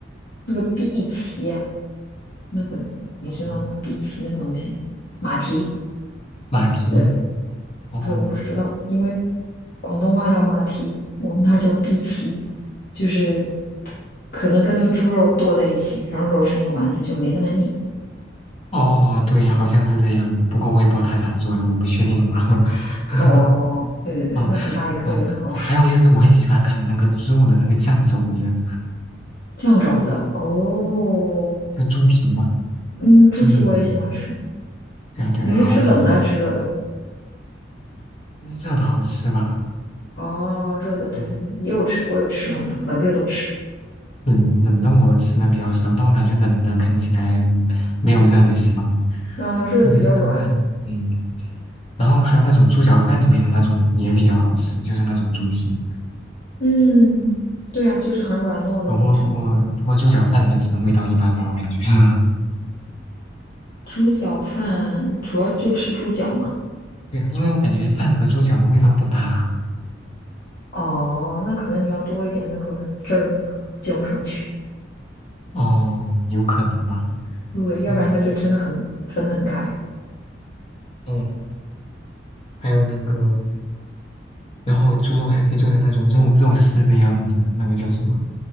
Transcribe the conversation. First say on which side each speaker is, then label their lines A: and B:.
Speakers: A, on the left (about 55°); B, on the left (about 35°).
A: 那个荸荠啊，那个你知道吗？
B: 嗯
A: 荸荠那个东西，马蹄，
B: 马蹄，
A: 呃，
B: 哦
A: 对，我不知道，因为广东话叫马蹄，我们那儿叫碧蹄，就是可能跟那个猪肉剁在一起，然后揉成一个丸子，就没那么腻。
B: 哦，对，好像是这样的，不过我也不知道他咋做的，我不确定吧。<laughs>
A: 哦，对对对，
B: 嗯
A: 那很大一颗也很好吃。
B: 哦，哦还有就是我很喜欢啃那个猪肉的那个酱肘子，
A: 酱肘子，哦，
B: 就猪蹄嘛，
A: 嗯，猪蹄我也喜欢吃。
B: 猪肘子。对啊，对啊，
A: 你是吃冷的还是吃热的？
B: 好美味，热的好吃吧？
A: 哦，热的，对对对，
B: 嗯
A: 也有吃，我有吃冷的，冷热都吃。
B: 冷冷的我吃的比较少，但我感觉冷的啃起来没有热的香，
A: 嗯，热的比较软。
B: 特别是那个嗯嗯，然后还有那种猪脚饭里面的那种也比较好吃，就是那种猪蹄。
A: 嗯，对啊，就是很软糯的那一种。
B: 不过不过不过猪脚饭本身味道一般吧，我感觉。<laughs>
A: 猪脚饭主要就吃猪脚嘛。
B: 对啊，因为我感觉饭和猪脚的味道不搭。
A: 哦，那可能你要多一点那个汁儿浇上去，
B: 哦，有可能吧。
A: 对，要不然它就真的很分得很开。
B: 嗯嗯，还有那个然后猪肉还可以做成那种肉肉丝的样子，那个叫什么